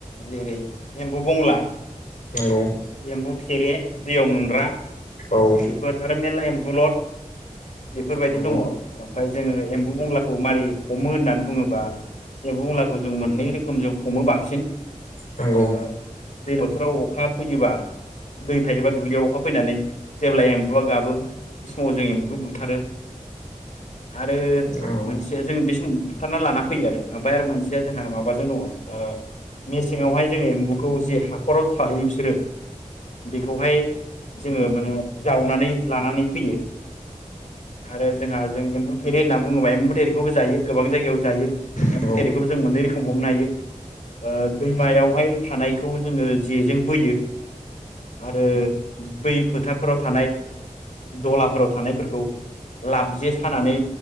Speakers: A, on the left; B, on the left.
A: जेरै एम्बौ बंला
B: नंगौ
A: एम्बु थेरे दैयाव मोनग्रा
B: औ
A: बेफोर आरो मेरला एम्बु बद बेफोरबायदि
B: नंगौ
A: दङ ओमफ्राय जोङो एम्बु बंलाखौ मारै हमो होननानै बुङोबा जे बुंलाखौ जों मोननै रोखोम जों हमो बांसिन ओ
B: नंगौ
A: दै बोथोराव अखा फैयोबा दै थायोबा दुब्लियाव अखा फैनानै जेब्ला एम्बुआ गाबो बे समाव जों एम्बौखौ बुथारो आरो
B: नंगौ
A: मोनसेया जों बे समाव बुथारना लाना फैयो आरो ओमफ्राय आरो मोनसेया जोंहा माबाजों दङ ओ मेसेङावहाय जोङो एम्बुखौ जि हाखराव थायो बिसोरो बेखौहाय जोङो माने जावनानै लानानै फैयो आरो जोंहा जों एम्बुथेरे होना बुंङोबा एम्बुथेरेखौबो जायो गोबां जायगायाव जायो
B: नंगौ
A: एम्बुथेरेखौबो जों मोननै रोखोम हमनो हायो ओ दैमायावहाय थानायखौ जोङो जेजों बोयो आरो बै फोथार फोराव थानाय दलाफोराव थानायफोरखौ लाब जे सानानै